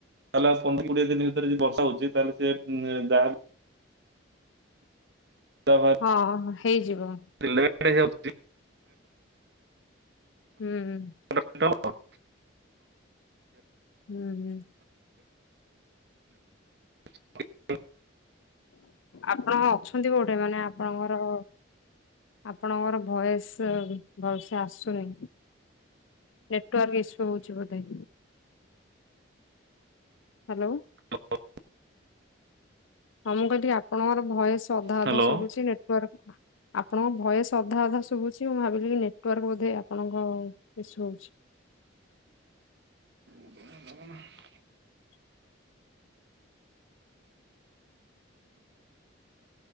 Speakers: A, on the right; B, on the left.
A: ତା, ହେଲେ ଆଉ ପନ୍ଦର କୋଡିଏ ଦିନି ଭିତରେ ଯି ବର୍ଷା ହଉଛି, ତାହଲେ ସିଏ-ଏଁ ଯାହାଲେ ଯା ଭାର୍
B: ହଁ, ହେଇଯିବ।
A: ଟିଲେଟ୍ ହେଇଯାଇଛି।
B: ହୁଁ, ହୁଁ।
A: <inaudible>
B: ହୁଁ, ହୁଁ।
A: <inaudible>
B: ଆପଣ ଅଛନ୍ତି କୋଉଠେ? ମାନେ ଆପଣଙ୍କର ଆପଣଙ୍କର ଭଏସ୍ ଭଲ୍ ସେ ଆସୁନି। ନେଟ୍ ୱାର୍କ ଇଶୁ ହଉଛି ବଧେ! ହାଲୋଓ।
A: ତ ଅ ଅ।
B: ହଁ, ମୁଁ କହିଲି ଆପଣଙ୍କର ଭଏସ୍ ଅଧା
A: ହ୍ୟାଲୋ।
B: ଅଧା ଶୁଭୁଛି, ନେଟ୍ ୱାର୍କ ଆପଣଙ୍କ ଭଏସ୍ ଅଧା ଅଧା ଶୁଭୁଛି, ମୁଁ ଭାବିଲି କି ନେଟ୍ ୱାର୍କ ବୋଧେ ଆପଣଙ୍କ ଇସୁ ହଉଛି।
A: <inaudible>